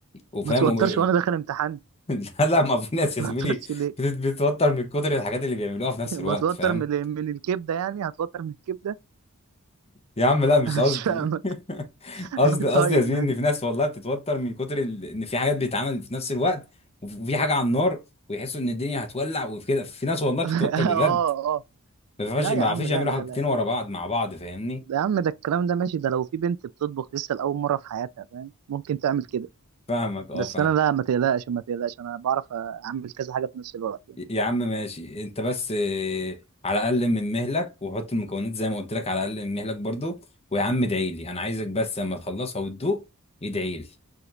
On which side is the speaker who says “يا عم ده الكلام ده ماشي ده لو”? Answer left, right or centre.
Right